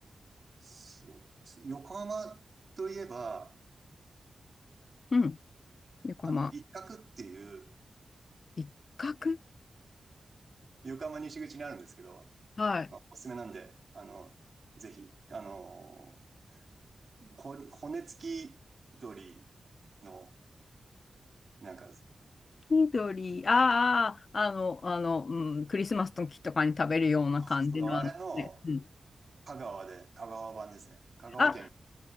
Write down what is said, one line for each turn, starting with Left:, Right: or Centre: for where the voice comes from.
Right: そう。横浜といえば、
Left: うん横浜。
Right: あの、一角っていう
Left: 一角
Right: 横浜西口にあるんですけど、
Left: はい。
Right: まあおすすめなんで、あの、ぜひ、あの、ほ骨付き鳥の、なんか、そう
Left: 月鳥、あーあー、あの、あの、うん、クリスマスの時とかに食べるような感じの、
Right: そうそうあれの、
Left: あのね、うん。
Right: 香川で、香川版ですね。香川県。
Left: あ、